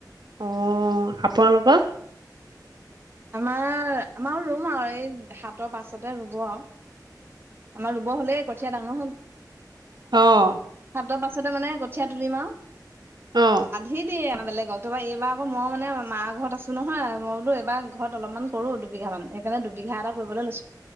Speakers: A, on the right; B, on the right.
A: অঁ আপোনালোকৰ-
B: আমাৰ আমাৰ ৰুম আৰু এই সাতৰ পাছতে ৰুব আৰ আমাৰ ৰুব হ'লে কঠীয়া ডাঙৰ হ'ল।
A: অঁ।
B: সাতৰ পাছতে মানে কঠীয়া তুলিম আৰু
A: অ
B: আধি দিয়ে বেলেগক। তাৰপা এইবাৰ আকৌ মই মানে মা ঘৰত আছোঁ নহয় মই বোলো এইবাৰ- ঘৰত অলপমান কৰো দুবিঘা মান সেইকাৰণে দুবিঘা এটা কৰিবলৈ লৈছো